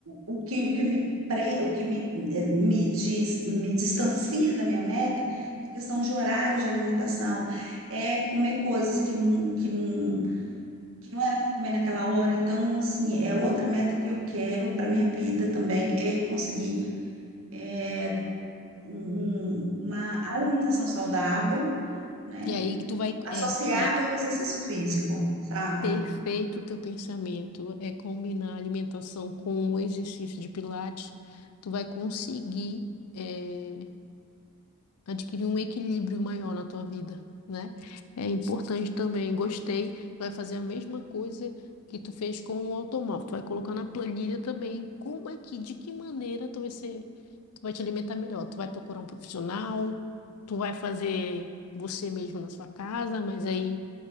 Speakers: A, on the right; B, on the left.
A: o o que, o que me pre- o que me, eh, me, diz, me distancia da minha meta, é questão de horário de alimentação, é comer coisas que não, que não que não era para comer naquela hora. Então, assim, é outra meta que eu quero para minha vida também, é conseguir é, um- um, uma alimentação saudável, né,
B: E aí que tu vai,
A: associada
B: é, é
A: ao exercício físico, sabe?
B: perfeito o teu pensamento, é combinar a alimentação com o exercício de pilates, tu vai conseguir é, adquirir um equilíbrio maior na tua vida, né? É importante também. Gostei, vai fazer a mesma coisa que tu fez com o automóvel. Tu vai colocar na planilha também como é que, de que maneira tu vai ser, tu vai te alimentar melhor. Tu vai procurar um profissional, tu vai fazer você mesmo na sua casa, mas aí